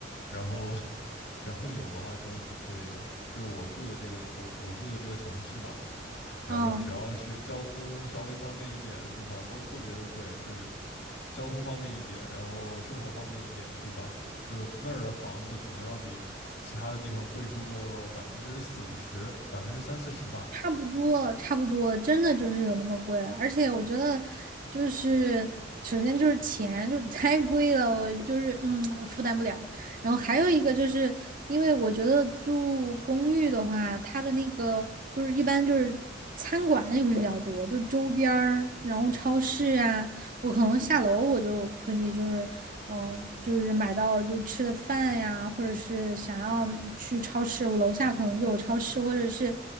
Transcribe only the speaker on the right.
啊。
差不多，差不多，真的就是有那么贵，而且我觉得就是首先就是钱就太贵了，我就是嗯负担不了。然后还有一个就是因为我觉得住公寓的话，它的那个就是一般就是餐馆也会比较多，就周边儿，然后超市啊，我可能下楼我就可以，就是嗯，就是买到就是吃的饭呀，或者是想要去超市，我楼下可能就有超市，或者是